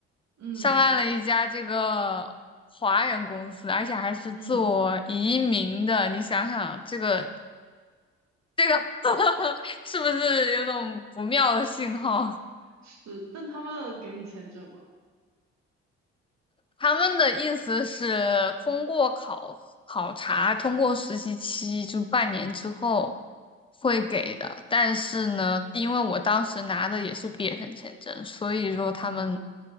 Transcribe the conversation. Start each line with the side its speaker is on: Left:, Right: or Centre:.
Right: 嗯
Left: 上岸了一家这个华人公司，而且还是做移民的。
Right: 嗯，
Left: 你想想，这个这个 <laughs> 是不是有种不妙的信号？
Right: 是，但他们给你签证吗？
Left: 他们的意思是通过考考察，通过实习期就半年之后会给的。但是呢，因为我当时拿的也是毕业生签证，所以说他们，
Right: 嗯